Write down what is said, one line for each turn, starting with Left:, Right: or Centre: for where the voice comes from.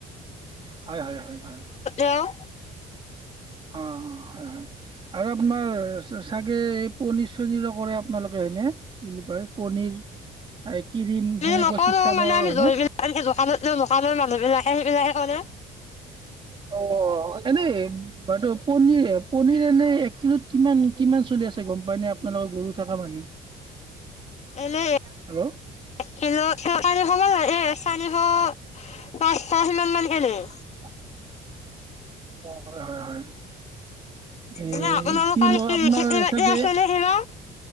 Right: হয় হয় হয় হয়
Left: এ আৰু
Right: অ' হয়! হয়! আৰু আপোনাৰ চাগে, এই পনীৰ চনীৰো কৰে আপোনালোকে হয়নে? এই কি বুলি কয়, পনীৰ এই ক্ৰীম,
Left: আমি
Right: সেনেকুৱা
Left: নকৰো
Right: চিষ্টেমৰ
Left: মানে আমি
Right: হয়নে?
Left: দৈ বিলাক আনি দোকানত দিওঁ দোকানৰ মানুহ বিলাকে সেইবিলাকে কৰে।
Right: অ' এনেই বইদেউ পনীৰ, পনীৰ এনে এক কিলোত কিমান কিমান চলি আছে, গম পাই নে? আপোনালোকৰ গৰু থকা মানুহ।
Left: এনে এক
Right: হেল্ল'
Left: কিলো <unintelligible> হ'ব লাগ। চাৰিশ, পাচশ তেনেকুৱা। <unintelligible>
Right: অ' হয়! হয়! হয়! এ
Left: এনে আপোনালোকৰ
Right: কি হ'ল আপোনাৰ
Left: খেতি বাতি
Right: চাগে
Left: আছে নে কিবা?